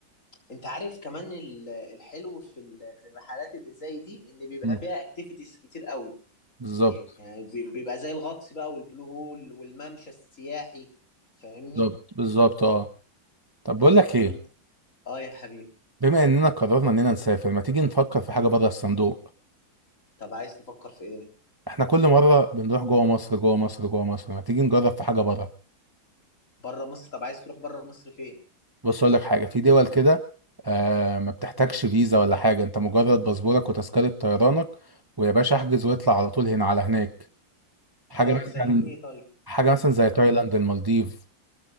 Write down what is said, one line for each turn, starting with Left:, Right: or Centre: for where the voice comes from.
Left: انت عارف كمان ال- الحلو في ال- في الرحلات اللي زي دي ان بيبقى
Right: مم.
Left: فيها اكتيفيتيز كتير قوي
Right: بالظبط
Left: يعني بي- بيبقى زي الغطس بقى والبلو هول والممشى السياحي فاهمني
Right: بالظبط بالظبط اه طب بقول لك ايه
Left: امم اه يا حبيبي
Right: بما اننا قررنا اننا نسافر ما تيجي نفكر في حاجه بره الصندوق
Left: طب عايز تفكر في ايه
Right: احنا كل مرة بنروح جوه مصر جوه مصر جوه مصر ما تيجي نجرب في حاجة بره
Left: بره مصر طب عايز تروح بره مصر فين
Right: بص اقول لك حاجة في دول كده آه ما بتحتاجش فيزا ولا حاجة انت مجرد باسبورك وتذكرة طيرانك ويا باشا احجز واطلع على طول هنا على هناك حاجة
Left: اه
Right: مثلا
Left: زي ايه طيب
Right: حاجة مثلا زي تايلاند المالديف